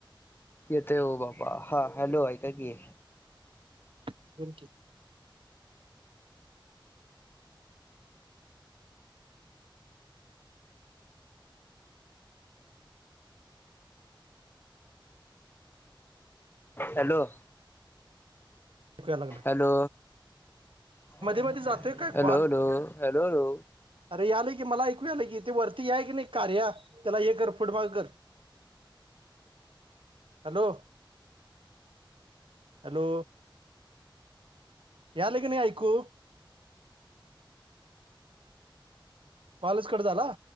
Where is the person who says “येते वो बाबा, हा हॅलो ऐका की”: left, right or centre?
Left